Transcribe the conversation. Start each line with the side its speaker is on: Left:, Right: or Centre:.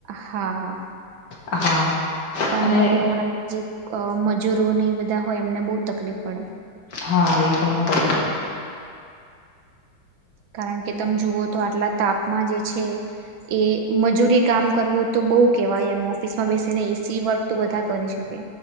Right: હા
Left: હા
Right: પણ
Left: અને
Right: ઉના જે મજૂરોને એ બધા હોય એમને બહુ તકલીફ પડે.
Left: હા, એ પણ ખરું
Right: કારણ કે, તમે જુઓ તો આટલા તાપમાં જે છે. એ મજૂરી કામ કરવું તો બહુ કેહેવાય એમ ઓફિસમાં બેસીને એસી વર્ક તો બધા કરી શકે.